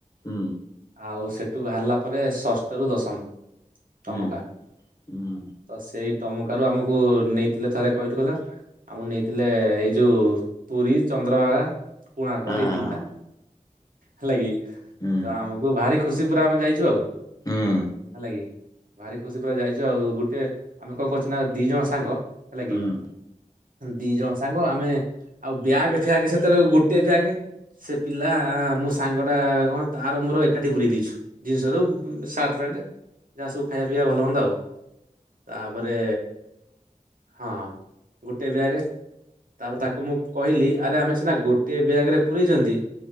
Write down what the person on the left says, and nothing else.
ହୁଁ
ହୁଁ ହୁଁ
ହଁ
ହଁ
ହୁଁ
ହୁଁ
ହୁଁ।